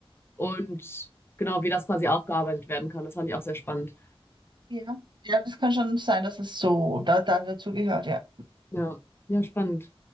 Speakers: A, on the left; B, on the right.
A: Und genau, wie das quasi aufgearbeitet werden kann. Das fand ich auch sehr spannend.
B: ja. Ja, das kann schon sein, dass es so da, da dazu gehört, ja.
A: Ja, ja, spannend.